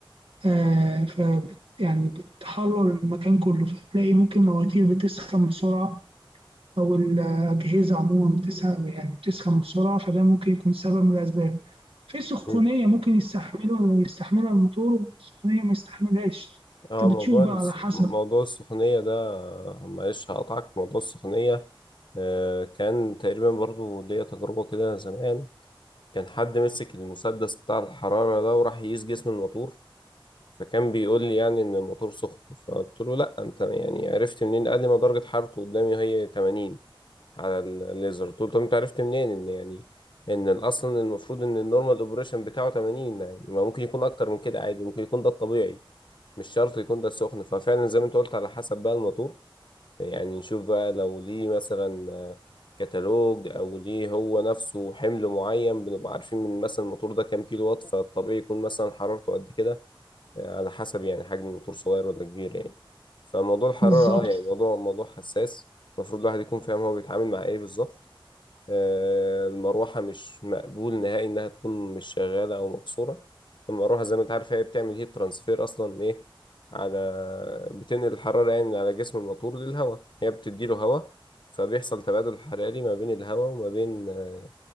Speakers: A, on the right; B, on the left.
A: آه ف يعني بتحرر المكان كله فتلاقي ممكن مواتير بتسخن بسرعة أو الأجهزة عموما بتسخن يعني بتسخن بسرعة فده ممكن يكون سبب من الأسباب في سخونية
B: مم.
A: ممكن يستحملها يستحملها الموتور وسخونية ما يستحملهاش
B: اه
A: أنت
B: موضوع
A: بتشوف بقى
B: الس-
A: على حسب
B: موضوع السخونية ده آه، معلش هقطعك موضوع السخونية آه، كان تقريبا برضو ليا تجربة كده زمان كان حد مسك المسدس بتاع الحرارة ده وراح يقيس جسم الموتور فكان بيقول لي يعني ان الموتور سخن فقلت له لا انت يعني عرفت منين قال لي ما درجة حرارته قدامي هي 80 على الليزر طول طب انت عرفت منين ان يعني ان اصلا المفروض ان النورمال اوبريشن بتاعه 80 يعني ما ممكن يكون اكتر من كده عادي ممكن يكون ده الطبيعي مش شرط يكون ده السخن ففعلا زي ما انت قلت على حسب بقى الموتور يعني نشوف بقى لو ليه مثلا آه، كتالوج او ليه هو نفسه حمل معين بنبقى عارفين من مثلا الموتور ده كام كيلو وات فالطبيعي يكون مثلا حرارته قد كده آه، على حسب يعني حجم الموتور صغير ولا كبير يعني فموضوع الحرارة
A: بالظبط
B: اه يعني موضوع موضوع حساس المفروض الواحد يكون فاهم هو بيتعامل مع ايه بالظبط آه، المروحة مش مقبول نهائي إنها تكون مش شغالة أو مكسورة المروحة زي ما أنت عارف هي بتعمل هيت ترانسفير أصلا إيه على بتنقل الحرارة يعني من على جسم الموتور للهواء هي بتديله هواء فبيحصل تبادل حراري ما بين الهواء وما بين آه،